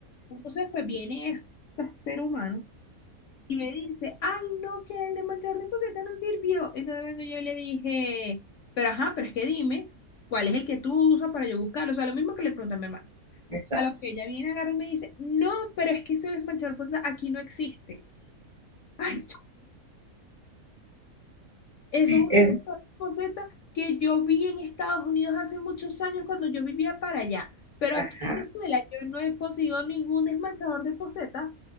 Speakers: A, on the left (about 65°); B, on the right (about 25°).
A: Entonces, pues viene este ser humano Y me dice, ay, no, que el de Manchester Poqueta no sirvió. Entonces yo le dije, pero ajá, pero es que dime, ¿cuál es el que tú usas para yo buscar? O sea, lo mismo que le pregunté a mi hermana.
B: Exacto.
A: A lo que ella viene, agarra y me dice, no, pero es que ese desmanchador poseta aquí no existe. Ay, ch- eso es una
B: Es-
A: cosa poseta que yo vi en Estados Unidos hace muchos años cuando yo vivía para allá. Pero
B: ajá,
A: aquí en Venezuela yo no he conseguido ningún desmanchador de poseta